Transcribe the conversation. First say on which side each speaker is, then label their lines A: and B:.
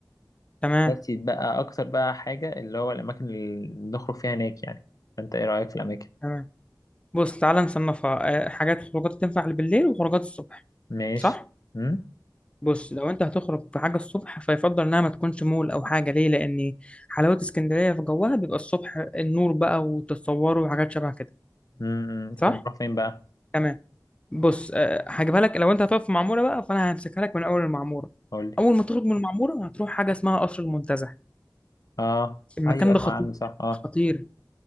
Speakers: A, on the left; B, on the left.
A: تمام
B: بس يتبقى اكتر بقى حاجة اللي هو الاماكن اللي نخرج فيها هناك يعني فانت ايه رأيك في الاماكن
A: تمام بص تعالى نصنفها آه، حاجات خروجات تنفع بالليل وخروجات الصبح
B: ماشي
A: صح
B: امم
A: بص لو انت هتخرج في حاجه الصبح فيفضل انها ما تكونش مول او حاجه ليه لان حلاوه اسكندريه في جوها بيبقى الصبح النور بقى وتتصوروا وحاجات شبه كده
B: امم فنروح
A: صح
B: فين بقى
A: تمام بص آه، هجيبها لك لو انت هتقف في معموره بقى فانا همسكها لك من اول المعموره
B: قول لي
A: اول ما تخرج من المعموره هتروح حاجه اسمها قصر المنتزه
B: اه
A: المكان
B: ايوه اسمع
A: ده خطير
B: عنه صح اه
A: خطير